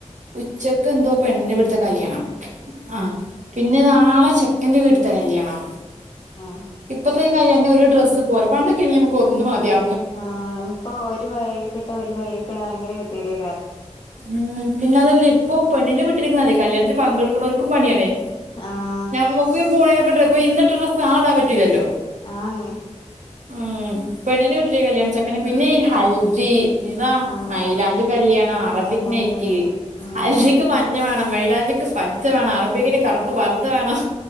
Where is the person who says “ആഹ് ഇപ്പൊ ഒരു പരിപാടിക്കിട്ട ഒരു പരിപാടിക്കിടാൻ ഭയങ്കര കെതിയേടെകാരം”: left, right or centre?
Left